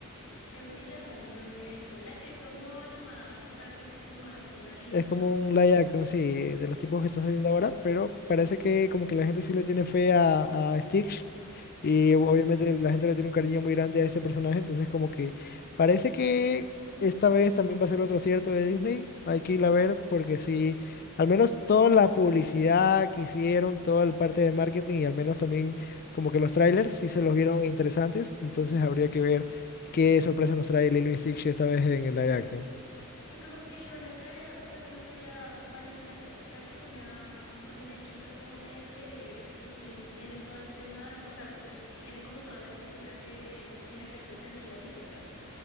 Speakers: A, on the left (about 75°); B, on the left (about 45°).
A: Creo que ya salió, de hecho, la que es como animada, o sea, que es como más realista,
B: Es como
A: ¿no?
B: un live action, sí, de los tipos que están saliendo ahora, pero parece que como que la gente sí le tiene fe a, a Stitch y obviamente la gente le tiene un cariño muy grande a este personaje, entonces como que parece que esta vez también va a ser otro acierto de Disney, hay que ir a ver porque sí, al menos toda la publicidad que hicieron, toda la parte de marketing y al menos también como que los trailers sí se los vieron interesantes, entonces habría que ver qué sorpresas nos trae Lilo y Stitch esta vez en el live action.
A: Y como que iban a traer, o sea, como que la van a hacer la película con una con una chica co- eh, que que sí tiene todo el tema, o sea, pues tiene como toda la cultura que en efecto tendría Lilo, ¿no?